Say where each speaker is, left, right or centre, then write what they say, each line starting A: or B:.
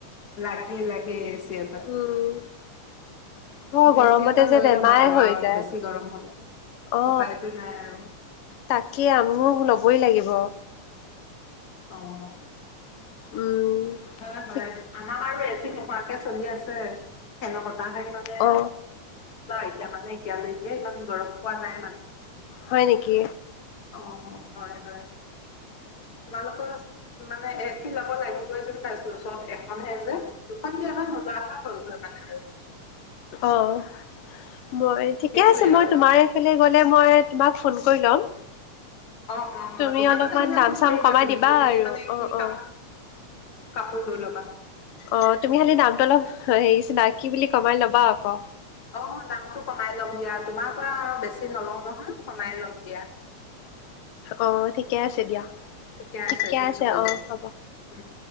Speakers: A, on the left; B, on the left.
A: লাগে, লাগে। দিয়া এটা।
B: উম বৰ গৰমতে
A: এ চি এটা
B: যে
A: লৈ
B: বেমাৰে
A: ল'বা আৰু
B: হৈ
A: আৰু
B: যায়
A: বেছি গৰম হ'লে,
B: অ
A: উপায়তো নাই আৰু।
B: তাকে, আমিয়ো ল'বই লাগিব।
A: অঁ!
B: উম
A: হয়, হয়
B: ঠিক
A: আমাৰ এ চি নোহোৱাকে চলি আছে, ফেনৰ বতাহ। তাই মানে <unintelligible>
B: অ
A: এতিয়া মানে, এতিয়ালৈকে, ইমান গৰম পোৱা নাই ইমান।
B: হয়, নেকি?
A: অ! হয়, হয়। তোমালোকৰ মানে, এ চি লব লাগিবই যেন পাইছো, এখনহে যে! দুখনকে হ'ল, নোলোৱাপা হ'লগৈ। পায় আৰু!
B: অঁ। মই ঠিকে
A: সেইটোৱে
B: আছে। মই
A: আৰু
B: তোমাৰ এইফালে গ'লে মই তোমাক ফোন কৰি ল'ম!
A: অঁ, অঁ,
B: তুমি
A: দোকানত
B: অলপমান
A: আহিলে
B: দাম
A: ফোন
B: চাম
A: কৰিবা
B: কমাই
A: তুমি,
B: দিবা
A: তুমি
B: আৰু
A: মানে
B: অ
A: কি খা
B: অ।
A: কাপোৰ ধুই ল'বা।
B: অঁ, তুমি খালি দামটো অলপ হেৰি চিনাকি বুলি কমাই ল'বা আকৌ।
A: অঁ, অঁ! দামটো কমাই লম দিয়া, তোমাৰ পৰা আৰু বেছি নলওঁ নহয়। কমাই লম দিয়া।
B: অঁ, ঠিকে আছে দিয়া।
A: এতিয়া
B: ঠিকে
A: আছে দ হব
B: অ
A: দিয়া
B: হ'ব।
A: উম